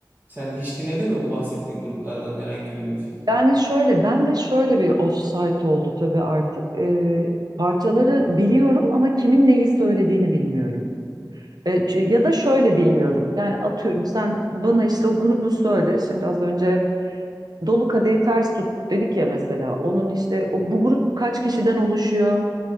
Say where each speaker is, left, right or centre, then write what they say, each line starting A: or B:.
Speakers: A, on the right; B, on the right.
A: Sen hiç dinledin mi bu bahsettiğin gruplardan herhangi bir müzik?
B: Yani şöyle, ben de şöyle bir offside oldu tabii artık. Ee, parçaları biliyorum ama kimin neyi söylediğini bilmiyorum. Ee, ç- ya da şöyle bilmiyorum. Yani atıyorum sen bana işte o grubu söyle. Şimdi az önce Dolu Kadehi Ters Tut dedik ya mesela. Onun işte o, bu grup kaç kişiden oluşuyor?